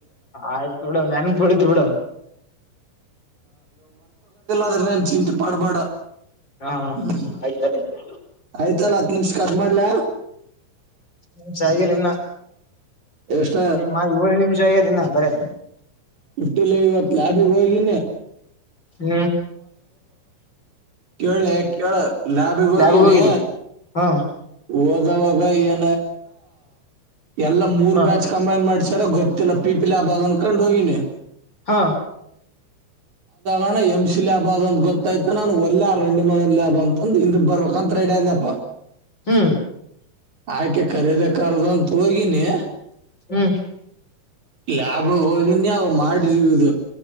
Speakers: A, on the left; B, on the right.
A: ಆಯ್ತೋಡ ನನ್ಪಡ ೋಡೋ
B: ಅ ಚಿಂತ ಪಾಡು ಪಾಡ
A: ಹಾ
B: ಹೂ
A: ಆಯ್ತಾಯ್ತು
B: ಆಯ್ತಲ್ಲ ಹತ್ ನಿಮ್ಷ ಕಟ್ ಮಾಡ್ಲ
A: ನಿಮ್ಷಗ ಇನ್ನ
B: ಎಷ್ಟ
A: ನಿಮ್ಮ ಏಳು ನಿಮಿಷ ಆಗದ ಇನ್ನ ಬರ
B: ನಿಫ್ಟಿ ಲೈ ಹೊತ್ತು ಲ ಆಬಿಗಯಗಿ
A: ಹೂ
B: ಕೇಳ ಕೇಳ ಲಾಬಿಗ್ ಹೋಗಿನಿ
A: ಲ್ಯಾಬ್ಗೆ ಹೋಗಿದ್ದಿ ಹಾ
B: ಓದುವಗ ಏ ಎಲ್ಲ ಮೂರ್
A: ಹಾ
B: ಬ್ಯಾಚ್ ಕಂಬೈನ್ ಮಾಡ್ ತರ ಗೊತ್ತಿಲ್ಲ ಪೀಪಲೆ ಅ ಬನ್ ಕೊಂಡು ಹೋಗಿನ
A: ಹಾ
B: ಅಣ ಎಂ್ ಸಿ ಲ್ಾಬ್ ಆದಂತ ಗೊತ್ತಾಯ್ತ ನಾನು ಒಲ್ಲಾ ರೆಂಡ ಮ ಲ್ಯಾಬ್ ಅಂತಂದ ಹಿಂದ ಬರ್ಬೇಕಂತ ರೆಡಿ ಅಡ್ಯಪ್ಪ
A: ಹ್ಮ್
B: ಆಕೆ ಕರೀದ ಕರದ ಅಂತ ಹೋಗಿನಿ
A: ಹ್ಮ್
B: ಲ್ಯಾಬ ಹೋಗಿನಿ ಅವ ಮಾಡಿರುದು